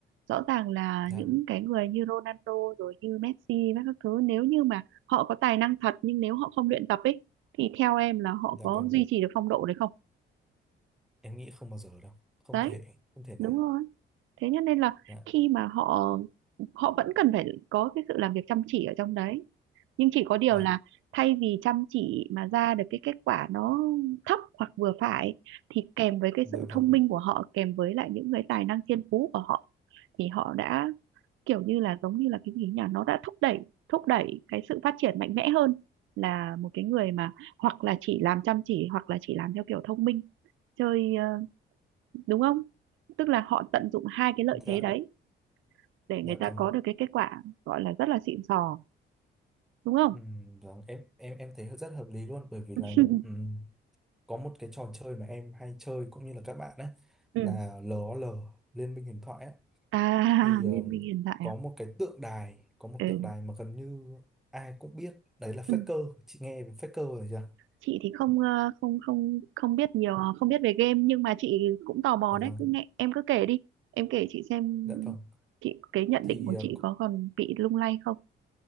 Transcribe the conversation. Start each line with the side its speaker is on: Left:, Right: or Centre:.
Right: rõ ràng là
Centre: dạ,
Right: những cái người như Ronaldo rồi như Messi và các thứ nếu như mà họ có tài năng thật nhưng nếu họ không luyện tập ấy thì theo em là họ
Centre: dạ
Right: có
Centre: vâng,
Right: duy trì được phong độ đấy không
Centre: em nghĩ không bao giờ đâu, không
Right: đấy
Centre: thể, không thể nào,
Right: đúng rồi thế cho nên là
Centre: dạ,
Right: khi mà họ họ vẫn cần phải có cái sự làm việc chăm chỉ ở trong đấy nhưng chỉ có điều
Centre: dạ,
Right: là thay vì chăm chỉ mà ra được cái kết quả nó thấp hoặc vừa phải thì kèm với cái
Centre: dạ
Right: sự
Centre: vâng,
Right: thông minh của họ kèm với lại những cái tài năng thiên phú của họ thì họ đã kiểu như là giống như là cái gì nhỉ nó đã thúc đẩy thúc đẩy cái sự phát triển mạnh mẽ hơn là một cái người mà hoặc là chỉ làm chăm chỉ hoặc là chỉ làm theo kiểu thông minh chơi ờ, đúng không tức là họ tận dụng hai cái lợi
Centre: dạ,
Right: thế đấy để
Centre: dạ
Right: người ta
Centre: vâng.
Right: có được cái kết quả gọi là rất là xịn sò đúng không
Centre: Ừ, vâng em em em thấy rất hợp lý luôn bởi vì
Right: <laughs>
Centre: là ừ, có một cái trò chơi mà em hay chơi cũng như là các bạn ấy
Right: ừ
Centre: là LOL Liên minh huyền thoại ấy,
Right: à
Centre: thì ừm,
Right: Liên minh hiện tại à
Centre: có một cái tượng đài có một
Right: ừ.
Centre: tượng đài mà gần như ai cũng biết đấy là Faker
Right: ừ
Centre: chị nghe về Faker rồi chưa?
Right: chị thì không ờ, không không không biết nhiều không biết về game nhưng mà chị cũng tò mò
Centre: Dạ
Right: đấy
Centre: vâng
Right: cứ nghe em cứ kể đi em kể chị xem
Centre: dạ vâng
Right: chị cái nhận
Centre: thì
Right: định của
Centre: ờ,
Right: chị có còn bị lung lay không